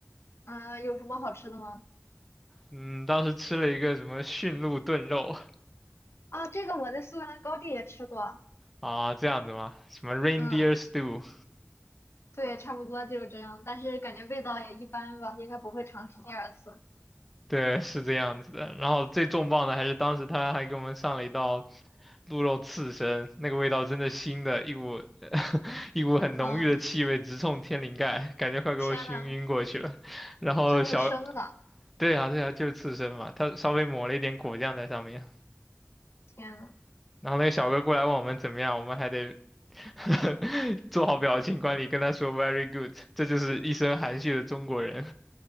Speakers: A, on the left (about 55°); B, in the centre.
A: 嗯，有什么好吃的吗？
B: 嗯，当时吃了一个什么驯鹿炖肉
A: 啊，这个我在苏格兰高地也吃过，
B: 啊，这样子吗？什么 reindeer
A: 嗯，
B: stew，
A: 对，差不多就是这样，但是感觉味道也一般吧，应该不会尝试第二次。
B: 对，是这样子的。然后最重磅的还是当时他还给我们上了一道鹿肉刺身，那个味道真的腥的，一股一股很浓郁的气味直冲天灵盖，
A: 啊，
B: 感觉快给我熏晕过去了。
A: 天呐，
B: <laughs> 然后小
A: 就是生的，
B: 对啊，对啊，就是刺身嘛，他稍微抹了一点果酱在上面。
A: 天呐，
B: 然后那个小哥过来问我们怎么样，我们还得 <laughs> 做好表情管理，跟他说 very good。这就是一身含蓄的中国人，